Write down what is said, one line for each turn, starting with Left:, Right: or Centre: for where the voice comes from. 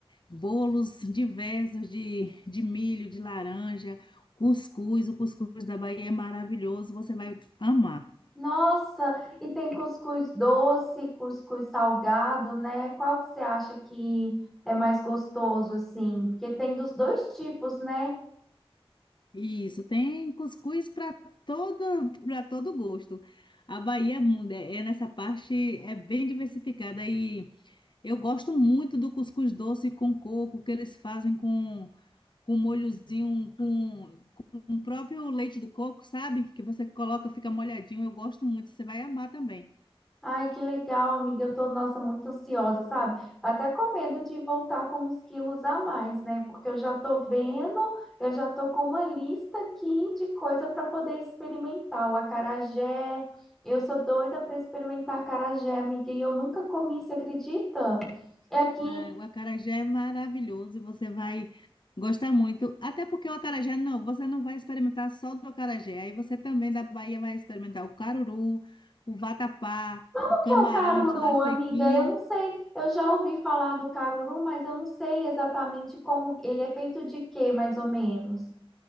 Left: bolos diversos de, de milho, de laranja, cuscuz. O cuscuz da Bahia é maravilhoso, você vai amar.
Centre: Nossa, e tem cuscuz doce, cuscuz salgado, né? Qual que você acha que é mais gostoso, assim? Porque tem dos dois tipos, né?
Left: Isso, tem cuscuz para todo para todo gosto. A Bahia é, mu- é é nessa parte é bem diversificada e eu gosto muito do cuscuz doce com coco que eles fazem com com um molhozinho com, com o próprio leite do coco, sabe? Que você coloca, fica molhadinho. Eu gosto muito, você vai amar também.
Centre: Ai, que legal, amiga. Eu tô, nossa, muito ansiosa, sabe? Até com medo de voltar com uns quilos a mais, né? Porque eu já tô vendo, eu já tô com uma lista aqui de coisa para poder experimentar. O acarajé, eu sou doida para experimentar acarajé, amiga, e eu nunca comi, você acredita? É aqui.
Left: Ah, o acarajé é maravilhoso e você vai gostar muito. Até porque o acarajé, não, você não vai experimentar só do acarajé. Aí você também da Bahia vai experimentar o caruru, o vatapá,
Centre: O
Left: o camarão
Centre: que é o caruru,
Left: de lá sequinho.
Centre: amiga? Eu não sei. Eu já ouvi falar do caruru, mas eu não sei exatamente como ele é feito de quê, mais ou menos.